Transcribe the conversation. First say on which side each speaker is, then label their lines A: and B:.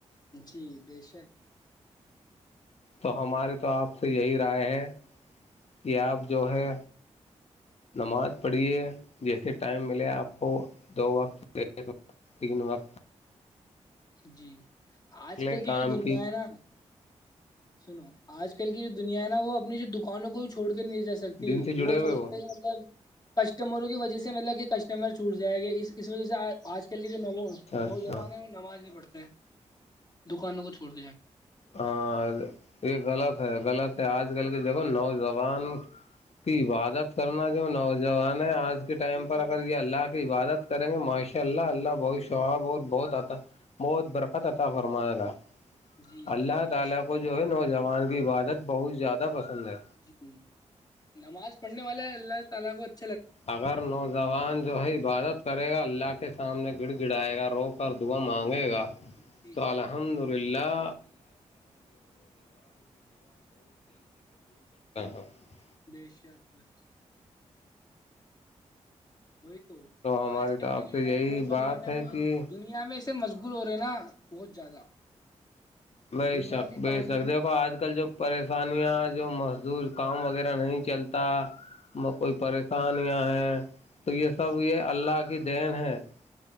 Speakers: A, on the left; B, on the left.
A: جی بے شک
B: تو ہماری تو آپ سے یہی رائے ہے کہ آپ جو ہے نماز پڑھیے جیسے ٹائم ملے آپ کو دو وقت ایک و تین وقت
A: جی آج
B: لے
A: کل
B: کام
A: کی جو دنیا ہے نا سنو آج کل کی جو دنیا نا وہ اپنی جو دکانوں کو چھوڑ نہیں جا سکتی
B: دن سے جڑے
A: وہ
B: ہوئے
A: سوچتے ہیں ا کسٹمروں کی وجہ سے مطلب کہ کسٹمر چھوٹ جائے گا اس اس وجہ سے آج کل کے ن
B: اچھا
A: نوجوان
B: اچھا
A: ہے نماز پڑتے ہیں دکانوں کو چھوڑ د ج
B: ہاں یہ غلط ہے غلط ہے آج کل کی جگہ نوجوان کی عبادت کرنا جو نوجوان آج کے
A: جانا
B: ٹائم پر اگر
A: تو
B: یہ اللہ کی عبادت کریں گے معشر ان شاء اللہ اللہ بہت سوااب اور بہت بہت برکت عطا فرمائے گا
A: جی
B: اللہ
A: جی بے
B: تعالی
A: شک
B: کو جو ہے نوجوان عبادت بہت زیادہ پسند ہے
A: جی ہ نماز پڑھنے والا ہے اللہ <unintelligible> الال بت <inaudible>
B: اگر نوجوان جو ہے عبادت کرے گا اللہ کے سامنے <unintelligible> گڑ گڑائے گا روک کر دھوا مار <unintelligible> گ گا
A: وقت جی
B: تو الحمد للہ <unintelligible> <unintelligible>
A: ایشیا کچھ <unintelligible> وہی تو
B: ہماری
A: آج کل
B: طرف
A: کے جو
B: سے یہی
A: ن نوجوان
B: بات
A: ہیں
B: ہے
A: وہ
B: کہ
A: دنیا میں <unintelligible> سے مشغول ہو رہے ہیں نا بہت زیادہ <unintelligible>
B: بے
A: دنیا
B: شک
A: کے کام
B: بے شک
A: میں
B: دیکھو آج کل جو پ <unintelligible> آسانیاں جو مزدور کام وغیرہ نہیں چلتا <unintelligible> میں کوئی پریشانیاں ہے <unintelligible> ہ <unintelligible> تو یہ سب
A: جی
B: یہ اللہ کا <unintelligible> کی دین ہے <unintelligible>